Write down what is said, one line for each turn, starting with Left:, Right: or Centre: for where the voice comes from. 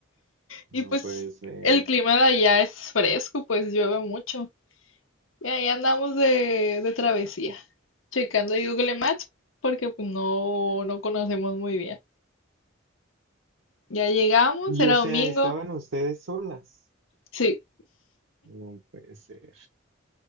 Right: No
Left: Y pues
Right: puede ser.
Left: el clima de allá es fresco, pues llueve mucho. Y ahí andamos de, de travesía, checando Google Maps porque pues no, no conocemos muy bien. Ya llegamos,
Right: Y
Left: era
Right: o sea,
Left: domingo.
Right: estaban ustedes solas.
Left: Sí,
Right: No puede ser.